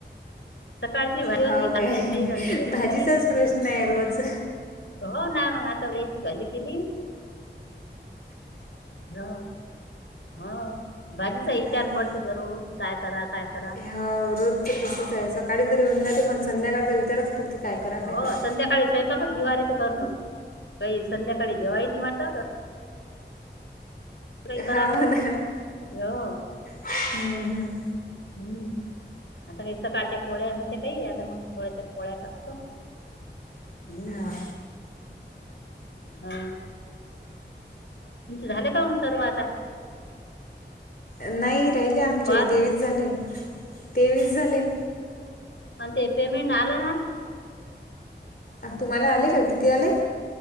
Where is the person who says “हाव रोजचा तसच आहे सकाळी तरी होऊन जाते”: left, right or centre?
Left